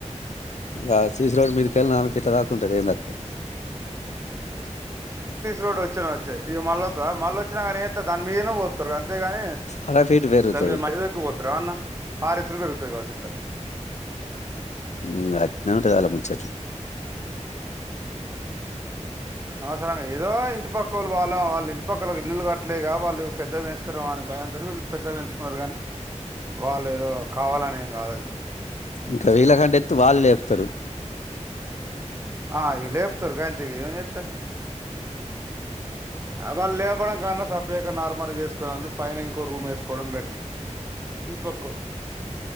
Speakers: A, on the left; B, on the right.
A: ఆ సీ సి రోడ్ మీదికెళ్ళి నాలుగు ఫీట్ల దాకా ఉంటది ఏ తక్కువ
B: రోడ్డు వచ్చినా వచ్చయి ఇగ మళ్ళ మళ్ళ వచ్చినా గానీ దాని మీదనే పోతారుగా అంతేగాని
A: అర ఫీట్ పెరుగుతది
B: దాని మీద <inaudible> ఎక్కువ పోత్తరా అన్న <inaudible> పెరుగుతాది కావచ్చింక
A: ఇంగ అట్నే ఉంటది ఆళ్ళ ముచ్చట్లు
B: అనవసరంగా ఏదో ఇంటి పక్కోళ్ళు వాళ్ళ వాళ్ళ ఇంటి పక్కల ఇల్లులు కట్టలేగా వాళ్ళు పెద్దవి పెంచుతారో అని భయంతోని వీళ్ళు పెద్దవి పెంచుకున్నారు కానీ వాళ్ళు ఏదో కావాలని ఏం కాదది
A: ఇంక వీళ్లకంటే ఎత్తు వాళ్ళు లేపుతారు
B: ఆ ఇగ లేప్తారు గంతికి ఏం చేత్తారు వాళ్ళు లేపడం కాన్నా సపరేట్గా నార్మల్గా వేసుకుని వాళ్ళు పైన ఇంకో రూమ్ వేసుకోవడం బెటర్ ఇంటి పక్కోళ్ళు